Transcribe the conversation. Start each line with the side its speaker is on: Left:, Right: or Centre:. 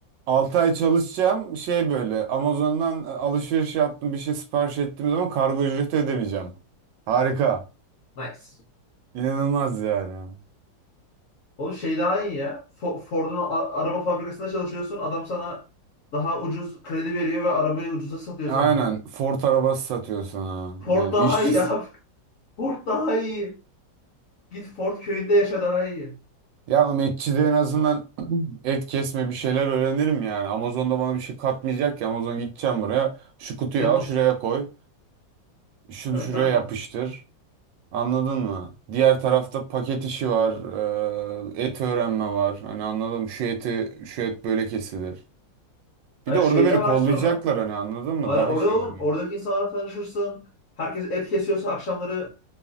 Right: 6 ay çalışacağım şey böyle Amazon'dan alışveriş yaptım bir şey sipariş ettiğim zaman kargo ücreti ödemeyeceğim. Harika.
Left: Nice.
Right: İnanılmaz yani.
Left: Oğlum şey daha iyi ya. Fo- Ford'un a- araba fabrikasında çalışıyorsun. Adam sana daha ucuz kredi veriyor ve arabayı ucuza satıyor
Right: Aynen
Left: sana.
Right: Ford arabası satıyor sana.
Left: Ford
Right: Yani
Left: daha
Right: işçi.
Left: iyi abi. <laughs> Ford daha iyi. Git Ford köyünde yaşa daha iyi.
Right: Ya oğlum işçi de en azından et kesme bir şeyler öğrenirim yani. Amazon'da bana bir şey katmayacak ki. Amazon gideceğim buraya. Şu kutuyu
Left: Depos.
Right: al şuraya koy. Şunu
Left: Evet
Right: şuraya
Left: abi.
Right: yapıştır. Anladın mı? Diğer tarafta paket işi var. eee, et öğrenme var. Hani anladım. Şu eti şu et böyle kesilir.
Left: Hayır
Right: Bir de orada
Left: şey
Right: beni
Left: de var
Right: kollayacaklar
Left: sonra.
Right: hani anladın mı?
Left: Ara-
Right: Daha
Left: Orada
Right: şey oluyor.
Left: oğlum, oradaki insanlarla tanışırsın. Herkes et kesiyorsa akşamları